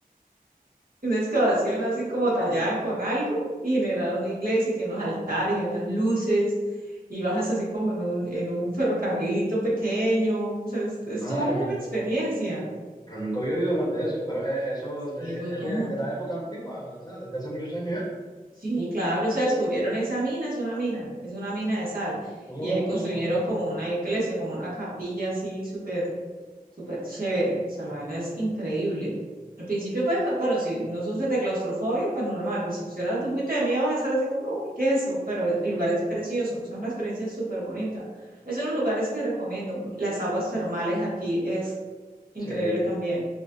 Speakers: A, on the right (about 65°); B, on the left (about 25°).
A: una excavación así como tallada con algo y generaron una iglesia y tiene unos altares y unas luces y bajas así como en un, en un ferrocamilito pequeño. O sea, es, es
B: Madre
A: toda
B: mía,
A: una experiencia
B: Pero nunca había oído hablar de eso, pero eh, eso de,
A: y es muy
B: es
A: común.
B: de, de la época antigua, o sea, desde hace muchos años ya.
A: Sí, claro, o sea, descubrieron esa mina, es una mina, es una mina de sal.
B: Oh,
A: Y ahí construyeron como una iglesia, como una capilla así súper Súper chévere, o sea, la vaina es increíble. Al principio, pues, ca- bueno, si no sufres de claustrofobia, pues normal, pero si te sufres un poquito de miedo vas a estar así como, que, uy, ¿qué es eso? Pero el lugar es precioso, o sea, una experiencia súper bonita. Es uno de los lugares que recomiendo. Las aguas termales aquí es increíble
B: sí,
A: también.